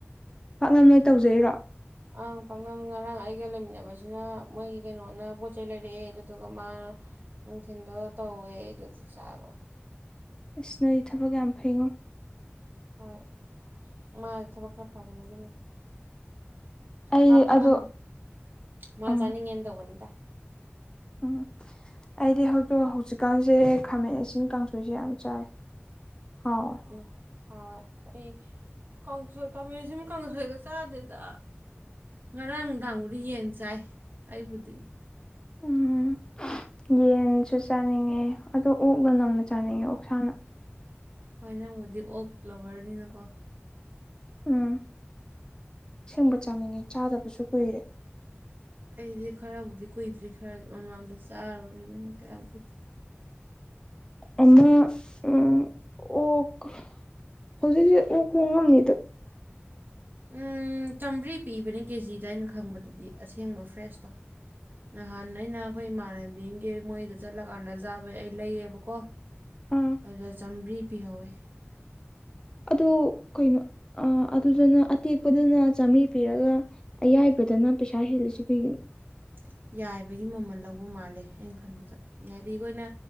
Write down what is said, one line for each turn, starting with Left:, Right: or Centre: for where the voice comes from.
Left: ꯄꯥꯛꯅꯝ ꯅꯣꯏ ꯇꯧꯖꯩꯔꯣ
Right: ꯑꯪ ꯄꯥꯛꯅꯝ ꯉꯔꯥꯡ ꯑꯩꯒ ꯂꯩꯃꯤꯟꯅꯕꯁꯤꯅ ꯃꯣꯏꯒꯤ ꯀꯩꯅꯣꯅ ꯄꯣꯠ ꯆꯩꯩ ꯂꯩꯔꯛꯑꯦ ꯑꯗꯨꯗꯨꯒ ꯃꯥꯅ ꯅꯨꯡꯊꯤꯤꯟꯗꯣ ꯇꯧꯋꯦ ꯑꯗꯨꯗꯨ ꯆꯥꯕ
Left: ꯏꯁꯁ ꯅꯣꯗꯤ ꯊꯕꯛ ꯌꯥꯝ ꯐꯩꯉꯣ
Right: ꯍꯣꯏ ꯃꯥ ꯊꯕꯛ ꯈꯔ ꯐꯕꯅꯦ ꯑꯗꯨꯅ
Left: ꯑꯩ
Right: ꯃꯥ ꯄꯥꯛꯅꯝ
Left: ꯑꯗꯣ
Right: ꯃꯥ
Left: ꯑꯥ
Right: ꯆꯥꯅꯤꯡꯉꯦꯅ ꯇꯧꯕꯅꯤꯗ <unintelligible>
Left: ꯎꯝ ꯑꯩꯗꯤ ꯍꯧꯖꯤꯛꯇꯛ ꯍꯧꯖꯤꯛꯀꯥꯟꯁꯦ ꯈꯥꯃꯦꯟ ꯏꯤꯟ ꯀꯥꯡꯁꯣꯏꯁꯦ ꯌꯥꯝ ꯆꯥꯏ ꯍꯥꯎꯋꯦ
Right: ꯎ ꯍꯋꯥ ꯑꯩꯈ ꯀꯥꯡꯁꯣꯏ ꯈꯥꯃꯦꯟꯁꯤꯃ ꯀꯥꯡꯁꯣꯏꯒ ꯆꯥꯗꯦꯗ ꯉꯔꯥꯡ ꯅꯨꯡꯗꯥꯡꯕꯨꯗꯤ ꯌꯦꯟ ꯆꯥꯏ ꯑꯩꯕꯨꯗꯤ
Left: ꯎꯝ ꯌꯦꯟꯁꯨ ꯆꯥꯅꯤꯡꯉꯦ ꯑꯗꯣ ꯑꯣꯛꯅ ꯅꯝꯅ ꯆꯥꯅꯤꯡꯉꯦ ꯑꯣꯛꯁꯥꯅ
Right: ꯍꯣꯏ ꯅꯪꯕꯨꯗꯤ ꯑꯣꯛ ꯀ꯭ꯂꯕꯔꯅꯤꯅꯀꯣ
Left: ꯎꯝ ꯁꯤꯡꯕ ꯆꯥꯅꯤꯡꯉꯦ ꯆꯥꯗꯕꯁꯨ ꯀꯨꯏꯔꯦ
Right: ꯑꯩꯗꯤ ꯈꯔꯕꯨꯗꯤ ꯀꯨꯏꯗ꯭ꯔꯤ ꯈꯔ ꯃꯃꯥꯡꯗ ꯆꯥꯔꯨꯔꯦ ꯑꯗꯨꯅ ꯀꯌꯥꯝ ꯀꯨꯏꯗꯦ
Left: ꯑꯃ ꯎꯝ ꯑꯣ ꯍꯧꯖꯤꯛ ꯍꯧꯖꯤꯛ ꯑꫭꯛ ꯍꫭꯡꯉꯝꯅꯤꯗ
Right: ꯎꯝ ꯆꯥꯝꯃ꯭ꯔꯤ ꯄꯤꯕꯅꯦ ꯀꯦꯖꯤꯗ ꯑꯩꯅ ꯈꯪꯕꯗꯗꯤ ꯑꯁꯦꯡꯕ ꯐ꯭ꯔꯦꯁꯇꯣ ꯅꯍꯥꯟ ꯑꯩꯅ ꯑꯩꯈꯣꯏ ꯏꯃꯥꯟꯅꯕꯤꯒꯤ ꯃꯣꯏꯗ ꯆꯠꯂꯀꯥꯟꯗ ꯆꯥꯕꯩ ꯑꯩ ꯂꯩꯌꯦꯕꯀꯣ
Left: ꯑꯥ
Right: ꯑꯗ ꯆꯥꯝꯃꯔꯤ ꯄꯤꯍꯧꯋꯦ
Left: ꯑꯗꯨ ꯀꯩꯅꯣ ꯑꯗꯨꯗꯨꯅ ꯑꯇꯦꯛꯄꯗꯨꯅ ꯆꯥꯃꯔꯤ ꯄꯤꯔꯒ ꯑꯌꯥꯏ ꯐ꯭ꯔꯖꯅ ꯄꯩꯁꯥ ꯍꯦꯜꯂꯁꯤ ꯀꯩꯒꯤꯅꯣ
Right: <unintelligible> ꯌꯥꯏꯕꯒꯤ ꯃꯃꯜ ꯂꯧꯕ ꯃꯥꯜꯂꯦ ꯑꯩꯅ ꯈꯟꯕꯗ ꯍꯥꯏꯗꯤ ꯑꯩꯈꯣꯏꯅ